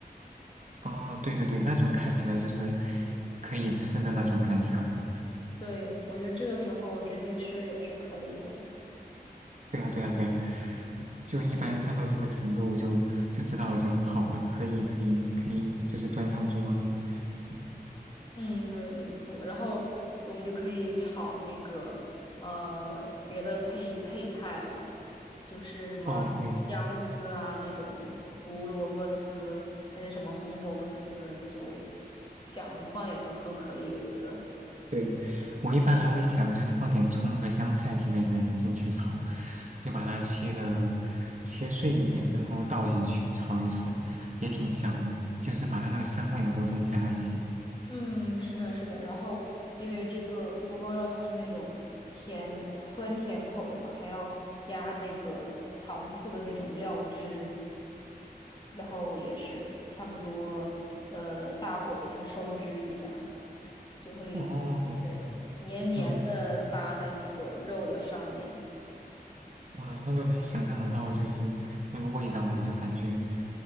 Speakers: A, on the right (about 45°); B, on the left (about 30°).
A: 哦，对对对，那种看起来就是可以吃的那种感觉了。
B: 对，我觉得这个时候直接吃也是可以的。
A: 对啊，对啊，对啊，就一般炸到这个程度就就知道已经好了，可以，可以，可以，就是端上桌了。嗯，
B: 嗯，对，没错。然后我们就可以炒那个呃别的配配菜了，就是什么姜丝啊那种胡胡萝卜丝，
A: 哦，对
B: 还是什么红萝卜丝，就想放点什么都可以，我觉得。
A: 对，我一般还会想就是放点葱和香菜之类的进去炒，就把它切的切碎一点，然后倒进去炒一炒，也挺香的，就是把它那个香味能够增加一些。
B: 嗯，是的，是的。然后因为这个锅包肉它是那种甜酸甜口的嘛，还要加那个糖醋的那种料汁。然后也是差不多，呃，大火给它收汁一下，就会对黏黏的搭在那个肉的上面。
A: 哦，嗯。哇，那都能想象得到，就是那个味道呢，就感觉